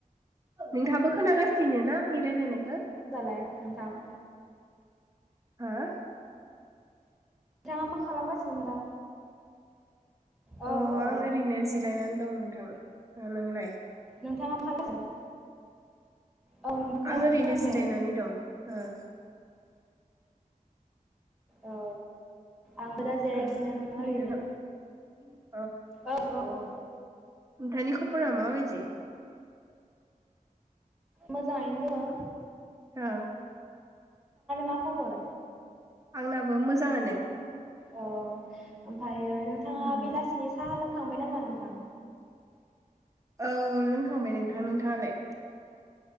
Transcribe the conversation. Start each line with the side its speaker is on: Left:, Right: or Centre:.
Right: नोंथांङाबो खोनागासिनो ना आंनि रायलायनायखो?
Centre: दालाय नोंथां?
Right: होया?
Centre: थांङा मा खालामगासिनो दा? औ
Right: अ
Centre: औ
Right: आं ओरैनो जिरायनानै दंमोन थां, ओ नोंलाय?
Centre: नोंथांङा मा खालामगासिनो? औ नोंथां खोनादों
Right: आं ओरैनो
Centre: होनदों
Right: जिरायनानै दं ओ <inaudible>
Centre: औ आंबो दा जिरायगासिनो
Right: ओ नोंथाङा
Centre: <unintelligible>
Right: <inaudible>
Centre: औ औ औ
Right: नोंथांनि खबरा मा बायदि?
Centre: मोजांङैनो दंङ।
Right: ओ
Centre: मा खबर?
Right: आंनाबो मोजांङानो।
Centre: अह ओमफायो नोंथांङा
Right: उम
Centre: बेलासिनि साहा लों खांबाय नामा नोंथां?
Right: औ लोंखांबाय नोंथां नोंथांङालाय?